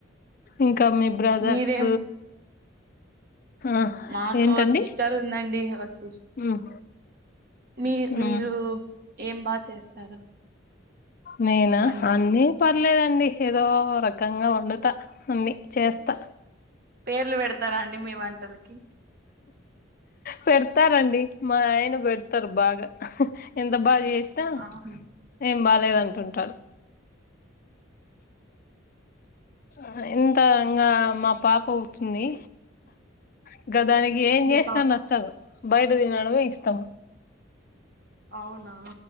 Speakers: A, on the left; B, on the right.
A: ఇంకా మీ బ్రదర్స్
B: మీరేం
A: ఆ
B: మాకు
A: ఏంటండి
B: ఓ సిస్టర్ ఉందండి ఓ సిస్
A: మ్మ్
B: మీ
A: మ్మ్
B: మీరు ఏం బా చేస్తారు
A: నేనా
B: వంట
A: అన్నీ పర్లేదండి ఏదో రకంగా వండుతా అన్ని చేస్తా
B: పేర్లు పెడతారా అండి మీ వంటలకి
A: పెడతారండి మా ఆయన పెడతారు బాగా ఎంత బాగా చేసినా
B: అవును
A: ఏం బాలేదాంటుంటారు ఆహా ఎంత ఇంగ మా పాప టుంది ఇంకా దానికి ఏం
B: మీ
A: చేసినా
B: పాప
A: నచ్చదు బయట తినడమే ఇష్టం
B: అవునా